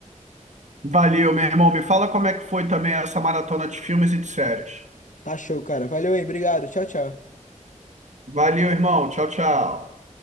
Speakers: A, on the right; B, on the left.
A: Valeu, meu irmão. Me fala como é que foi também essa maratona de filmes e de séries.
B: Tá show, cara. Valeu aí. Obrigado. Tchau, tchau.
A: Valeu, irmão. Tchau, tchau.